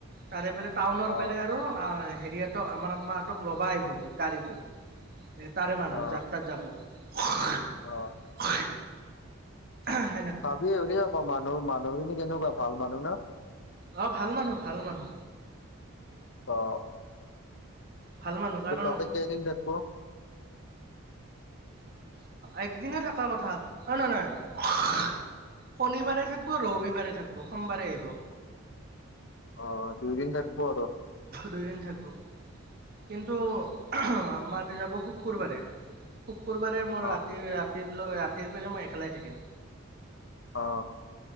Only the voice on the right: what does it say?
তাৰে পৰা টাউনৰ
পেৰে আৰু অ হেৰিয়াত ত আমাৰ মাহঁতক ল'বা আহিব গাড়ী এ তাৰে মানুহ
যাত্ৰাত যাব <unintelligible>
হয় এহ
অ ভাল মানুহ ভাল মানুহ
ভাল মানুহ কাৰণ
একদিনে থকাৰ কথা অ নহয় নহয় শনিবাৰে থাকিব ৰবিবাৰে থাকিব সোমবাৰে আহিব
দুই দিন থাকিব কিন্তু আমাৰ যাব শুকুৰবাৰে শুকুৰবাৰে মই
ৰাতি ৰাতিৰ ৰাতিৰ পে মই একেলাই থাকিম।